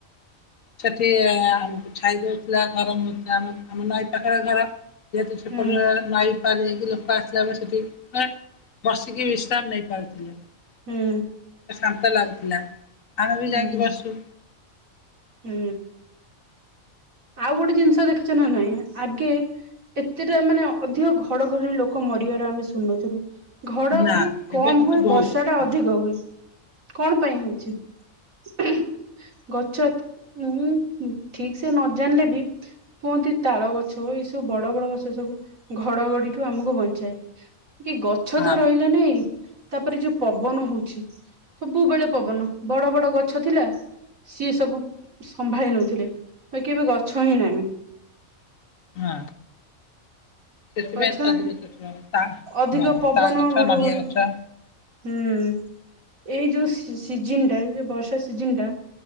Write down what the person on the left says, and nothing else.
ସେଠି ଆମକୁ ଛାଇଦଉଥିଲା ଗରମ ହଉ ଥିଲା ଆମ ନଈ ପାଖରେ ଘର ଯେହେତୁ ସେପଟ
ନାଇଁ ପାର ଲୋକ ଆସିଲା ପରେ ସେଠି ବସିକି ବିଶ୍ରାମ ନେଇ ପାରୁଥିଲେ।
<inaudible> ଶାନ୍ତ ଲାଗ ଥିଲା। ଆମେ ବି
ଯାଇକି ବସୁ।
ନା ଏବେ
କିନ୍ତୁ
ବହୁତ
ହୁଁ
ହଁ
ହଁ ସେଥିପାଇଁଅଧିକ
ତା
ହଁ
ତା ଗଛ
ନଡ଼ିଆ ଗଛ।